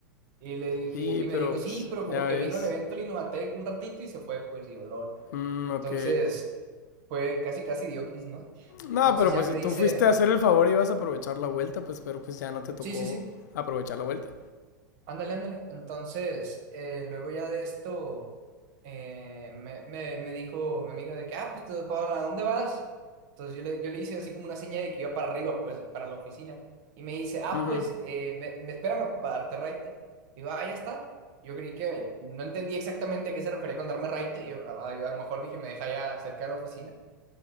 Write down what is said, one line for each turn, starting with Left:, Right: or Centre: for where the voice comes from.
Right: Y le dije,
Left: Sí,
Right: y me
Left: pero
Right: dijo, sí,
Left: pues,
Right: pero como
Left: ya ves.
Right: que vino al evento del Innovatec un ratito y se fue, pues, y yo, lol.
Left: Mm, ok.
Right: Entonces, fue casi, casi dioquis, ¿no?
Left: No,
Right: Entonces
Left: pero
Right: ya
Left: pues
Right: me
Left: si
Right: dice,
Left: tú fuiste a hacer el favor y ibas a aprovechar la vuelta, pues pero pues ya no te tocó
Right: sí, sí, sí.
Left: aprovechar la vuelta.
Right: Ándale, ándale. Entonces, eh, luego ya de esto, eh, me, me, me dijo mi amiga de que, ah, pues, te- ¿para dónde vas? Entonces yo le, yo le hice así como una seña de que iba para arriba, pues, para la oficina. Y me dice, ah,
Left: Ujú.
Right: pues, eh, me, me- espérame para darte raite. Digo, ah, ya está. Yo creí que no entendí exactamente a qué se refería con darme raite. Yo, a, a- a lo mejor dije, me deja ya cerca de la oficina.